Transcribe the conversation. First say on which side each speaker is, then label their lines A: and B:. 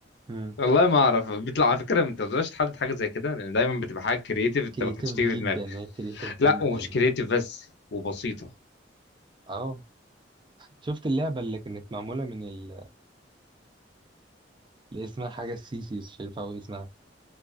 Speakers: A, on the right (about 25°); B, on the left (about 65°).
A: امم
B: والله ما اعرف بيطلع على فكره ما تقدرش تحدد حاجه زي كده لان دايما بتبقى حاجه كرييتيف انت
A: كريتيف
B: ما كانتش تيجي
A: جدا
B: في دماغك
A: هي كريتيف جدا
B: لا ومش كرييتيف بس وبسيطه
A: اه شفت اللعبه اللي كانت معموله من ال... اللي اسمها حاجه السيسي بس مش عارف أوي اسمها